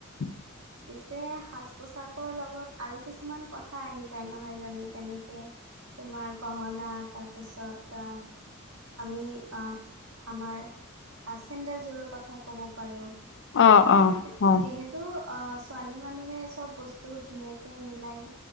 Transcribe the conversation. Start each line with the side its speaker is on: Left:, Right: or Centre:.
Left: <inaudible>
Right: পিছে, সাজ-পোছাকৰ লগত আৰু কিছুমান কথা আহি যায়, নহয় জানো যেনেকে তোমাৰ গহনা, তাৰপিছত আহ আমি আহ আমাৰ আ চেণ্ডেলযোৰৰ কথা ক'ব পাৰোঁ,
Left: অ অ
Right: আমি তেত
Left: হয়
Right: যিহেত তো অ, ছোৱালী মানুহে চব বস্তু ধুনীয়াকে মিলাই